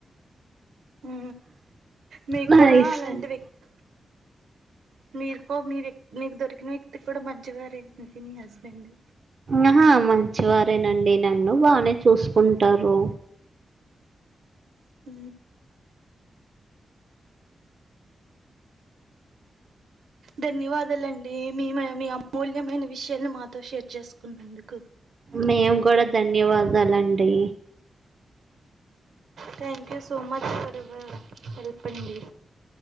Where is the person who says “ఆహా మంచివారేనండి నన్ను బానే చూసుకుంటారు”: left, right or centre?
Right